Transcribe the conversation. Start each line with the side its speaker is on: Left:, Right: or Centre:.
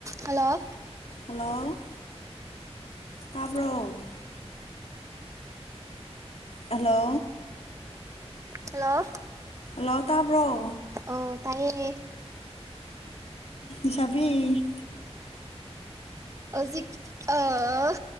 Right: hello
Left: hello ꯇꯥꯕ꯭ꯔꯣ hello
Right: hello
Left: ꯂꯣꯇꯥꯥꯕ꯭ꯔꯣ
Right: ꯑꯣ ꯇꯌꯦ
Left: ꯁꯥꯕꯤ
Right: ꯍꯧꯖꯤꯛ ꯑ